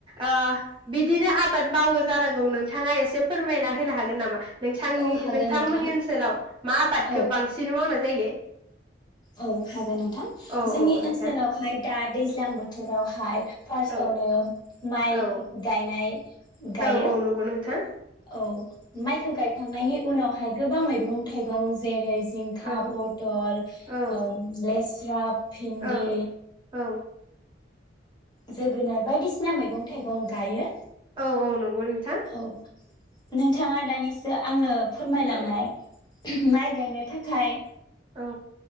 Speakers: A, on the right; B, on the left.
A: ओ बिदिनो आबाद मावो जानांगौ नोंथाङा एसे फोरमायना होनो हागोन नामा? नोंथांनि
B: औ हागोन
A: नोंथांमोननि
B: नोंथां
A: ओनसोलाव मा आबादखौ
B: औ
A: बांसिन मावना नाय जायो
B: औ हागोन नोंथां
A: औ
B: जोंनि
A: औ नोंथां
B: ओनसोलावहाय दा दैज्लां बोथोराव हाय फार्स्टावनो
A: औ
B: माइ
A: औ
B: गायनाय गायो।
A: औ औ नंगौ नोंथां
B: औ माइखौ गायखांनायनि उनावहाय गोबां मैगं थाइगं जेरै जिंखा
A: औ
B: पटल
A: औ
B: लेस दा भिन्दि
A: औ औ
B: जोगोनार बायदिसिना मैगं थाइगं गायो।
A: औ औ नंगौ नोंथां
B: औ नोंथाङा दानिसो आंनो फोरमायलांनाय
A: औ
B: माइ गायनो थाखाय
A: औ